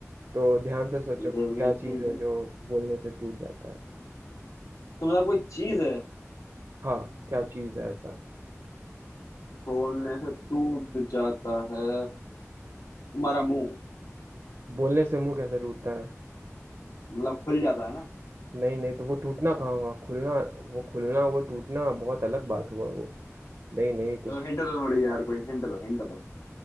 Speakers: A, on the right; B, on the left.
A: तो ध्यान से सोचो
B: ये
A: कि क्या
B: भी ठीक
A: चीज है
B: है
A: जो बोलने से टूट जाता है
B: तो मतलब कोई चीज है
A: हाँ क्या चीज है ऐसा
B: बोलने से टूट जाता है तुम्हारा मुंह
A: बोलने से मुंह कैसे टूटता है
B: मतलब खुल जाता है ना
A: नहीं नहीं तो वो टूटना कहाँ
B: हाँ
A: हुआ खुलना वो खुलना वो टूटना बहुत अलग बात हुआ वो नहीं नहीं
B: तो
A: कुछ
B: हिंट दो थोड़ी यार कोई हिंट दो हिंट दो